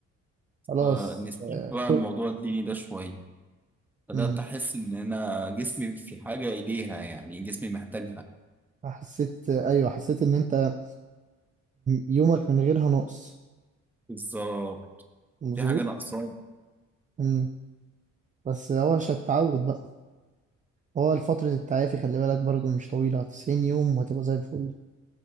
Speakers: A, on the right; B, in the centre.
A: خلاص
B: فنسيت
A: آه،
B: بقى
A: توب
B: الموضوع الديني ده شوية بدأت
A: مم.
B: أحس إن أنا جسمي في حاجة إليها يعني جسمي محتاجها
A: حسيت ايوه حسيت ان انت يومك من غيرها نقص
B: بالظبط
A: مظبوط
B: في حاجة ناقصاه
A: مم. بس هو مش هتتعود بقى هو فترة التعافي خلي بالك برضو مش طويلة 90 يوم وهتبقى زي الفل